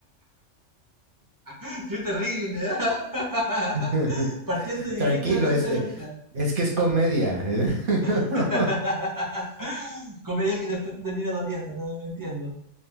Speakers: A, on the right; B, on the right.
A: <laughs> Qué terrible, ¿eh? <laughs>
B: <laughs>
A: Partiendo directamente
B: Tranquilo, es,
A: a
B: eh,
A: golpear.
B: es que es comedia. <laughs>
A: <laughs> Comedia que después te termina doliendo, no entiendo.